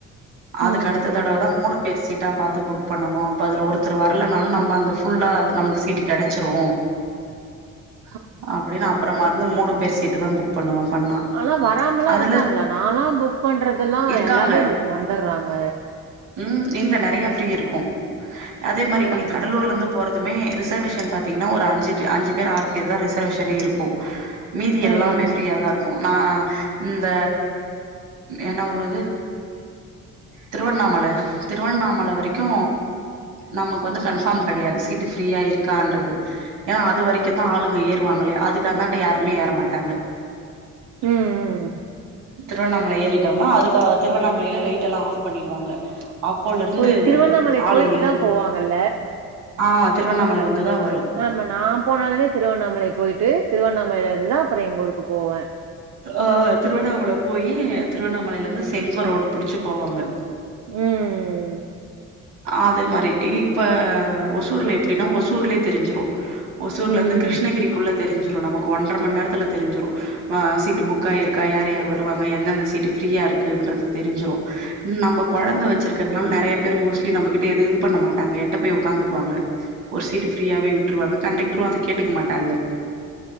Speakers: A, on the right; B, on the right.
A: ம்
B: அதுக்கு அடுத்த தடவ தா மூணு பேர் சீட்டா பாத்து புக் பண்ணனூ அப்ப அதுல ஒருத்தரு வரலனாலு நம்ம அந்த ஃபுல்லா நமக்கு சீட்டு கெடச்சுரூ
A: <inaudible>
B: அப்டினு அப்றமாருந்து மூணு பேரூ சீட்டு தா புக் பண்ணுவோ பண்ணா
A: ஆனா வராமலா
B: அதுல
A: இருக்காங்களா நாலா புக் பண்றதுலா
B: இருக்காங்க
A: எல்லாமே வந்திட்றாங்க
B: ம் இல்ல நெறையா ஃப்ரீ இருக்கூ அதே மாறி
A: ம்
B: இங்க கடலூர்ல இருந்து போறதுமே ரிசர்வேஷன் பாத்தீங்ன்னா ஒரு அஞ்சு அஞ்சு பேரு ஆறு பேரூ தா‌ ரிசர்வேஷனே இருக்கூ மீதி
A: ம்
B: எல்லாமே ஃப்ரீயா தா இருக்கூ நா இந்த என்ன ஊரது திருவண்ணாமல திருவண்ணாமல வரைக்கூ நமக்கு வந்து கன்ஃபார்ம் கெடயாது சீட்டு ஃப்ரீயா இருக்கான்றது ஏன்னா அது வரைக்கூ தா ஆளுங்க ஏறுவாங்களே அதுக்கந்தாண்ட யாருமே ஏறமாட்டாங்க
A: ம் ம்
B: திருவண்ணாமல ஏறிட்டம்னா அதுக்க திருவண்ணாமலைல லைட்டெல்லா ஆஃப் பண்ணிடுவாங்க அப்போல இருந்து
A: ஓ திருவண்ணாமலை
B: ஆளுங்கயாரு
A: போயிட்டு தா போவாங்கல்ல
B: ஆ திருவண்ணாமல வந்துதா வரூ
A: ஆமா நா போனாலுமே திருவண்ணாமலை போய்ட்டு திருவண்ணாமலைல இருந்துதா அப்றோ எங்க ஊருக்கு போவே
B: ஆ திருவண்ணாமல போயீ திருவண்ணாமலைல இருந்து செங்கோ ரோடு புடுச்சு போவாங்க
A: ம்
B: அது மாரி இப்ப ஒசூர்ல எப்டின்னா ஒசூர்லயே தெரிஞ்சிரும் ஒசூர்ல
A: ம்
B: இருந்து கிருஷ்ணகிரிக்குள்ள தெரிஞ்சிரும் நமக்கு ஒன்ர மண் நேரத்துல தெரிஞ்சிடும் சீட்டு புக்காயிருக்கா யார் யார் வருவாங்க எந்தெந்த சீட்டு ஃப்ரீயா இருக்குன்றது தெரிஞ்சிறும் நம்ம கொழந்த வச்சிருக்கறதுனால நெறைய பேரு மோஸ்ட்லி நம்ம கிட்ட எது இது பண்ண மாட்டாங்க எட்ட போய் உக்காந்துக்குவாங்க ஒரு சீட்டு ஃப்ரீயாவே விட்டுருவாங்க கண்டெக்டரும் அத கேட்டுக்க மாட்டாங்க